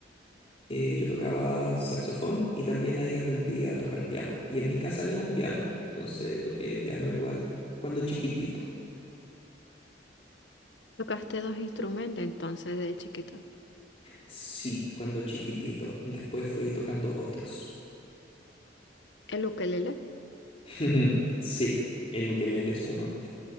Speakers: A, on the left; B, on the left.
A: eh, yo tocaba saxofón y también ahí aprendí a tocar piano. Y en mi casa había un piano, entonces toqué piano igual cuando chiquitito.
B: Tocaste dos instrumentos entonces de chiquito.
A: Sí, cuando chiquitito. Después fui tocando otros.
B: El ukelele.
A: <laughs> Sí, el ukelele es uno.